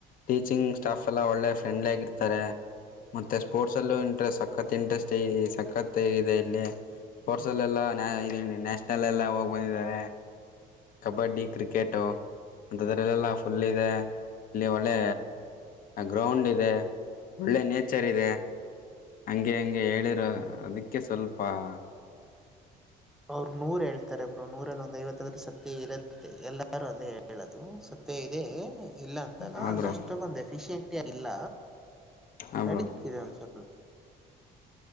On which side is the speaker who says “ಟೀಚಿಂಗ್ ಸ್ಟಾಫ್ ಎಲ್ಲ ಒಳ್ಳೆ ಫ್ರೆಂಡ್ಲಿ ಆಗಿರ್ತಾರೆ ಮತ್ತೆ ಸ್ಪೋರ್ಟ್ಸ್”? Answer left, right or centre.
Left